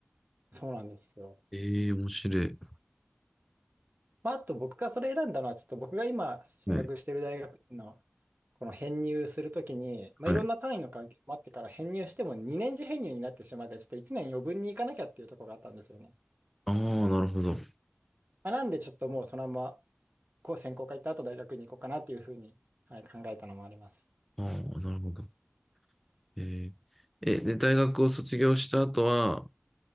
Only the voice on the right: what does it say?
ど、そうなんですよ。
まあ、あと僕がそれ選んだのは、ちょっと僕が今進学してる大学の、
この編入するときに、まあ、
いろんな単位の関係もあってから編入しても2年次編入になってしまって、ちょっと1年余分に行かなきゃっていうところがあったんですよね。
まあ、なんでちょっともうそのまま、こう専攻科行った後大学に行こうかなっていうふうに、はい、考えたのもあります。